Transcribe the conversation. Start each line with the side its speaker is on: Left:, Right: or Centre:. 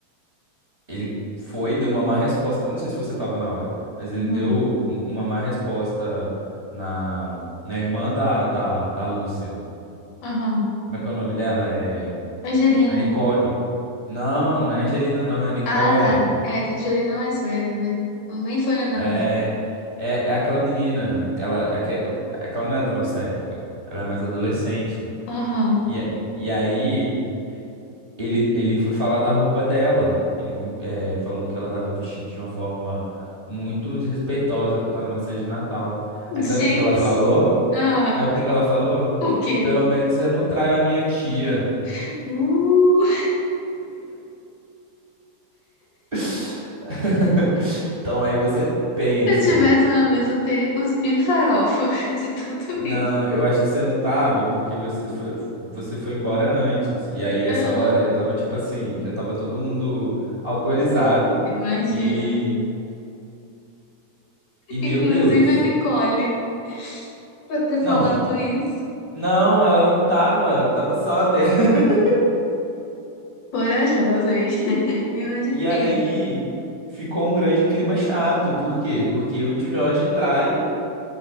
Right: ele foi, deu uma má resposta. Eu não sei se você tava na hora, mas ele
Left: Uhum.
Right: deu um- uma má resposta na, na irmã da, da, da Lúcia.
Left: Uhum.
Right: Como é que é o nome dela? É.
Left: Angelina.
Right: A Nicole. Não, não é Angelina, não, é Nicole.
Left: Ah, tá. É, que a Angelina é mais velha, né? Nem foi no Natal.
Right: É, é, é aquela menina. Ela é que, é que ela não é da nossa época. Ela é mais adolescente.
Left: Aham.
Right: E, é- e aí ele, ele foi falar da roupa dela. Ele com- é, falou que ela estava vestida de uma forma muito desrespeitosa para estar numa ceia de Natal. Aí
Left: Gente.
Right: sabe o que que ela falou?
Left: Ah,
Right: Sabe o que que ela falou?
Left: o quê?
Right: Pelo menos eu não traio a minha tia.
Left: Uh,
Right: <laughs> Então aí você pensa.
Left: se eu tivesse na mesa, eu teria cuspido farofa <laughs> de tanto
Right: Não,
Left: rir.
Right: eu acho que você não tava, porque você foi, você foi embora antes. E aí, essa
Left: Ah,
Right: hora já tava tipo assim, já tava todo mundo alcoolizado.
Left: imagina.
Right: E, e meu
Left: Inclusive
Right: Deus.
Left: a Nicole, pra ter
Right: Não,
Left: falado isso.
Right: não, ela não tava, ela tava sóbria. <laughs>
Left: Corajosa, hein? <laughs> Menina de
Right: E
Left: fibra.
Right: aí ficou um grande clima chato. Por quê? Porque o tio Jorge trai